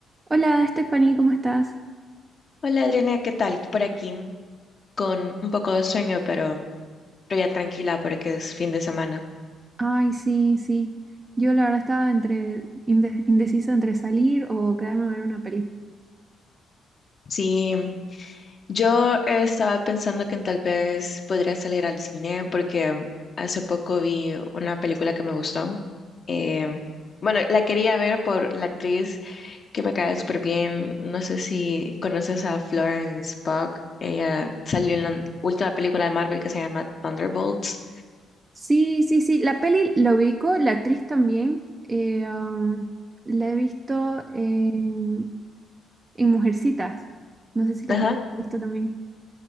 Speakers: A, on the right; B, on the left.
A: Hola, Stephanie, ¿cómo estás?
B: Hola Adriana, ¿qué tal? Por aquí, con un poco de sueño, pero, pero ya tranquila porque es fin de semana.
A: Ay, sí, sí. Yo la verdad estaba entre inde- indecisa entre salir o quedarme a ver una peli.
B: Sí, yo estaba pensando que tal vez podría salir al cine porque hace poco vi una película que me gustó. Eh, bueno, la quería ver por la actriz que me cae súper bien. No sé si conoces a Florence Pugh. Ella salió en la última película de Marvel que se llama Thunderbolts.
A: Sí, sí, sí. La peli la ubico, la actriz también. Eh, um, la he visto en, en Mujercitas. No sé si la
B: Ajá,
A: he visto también.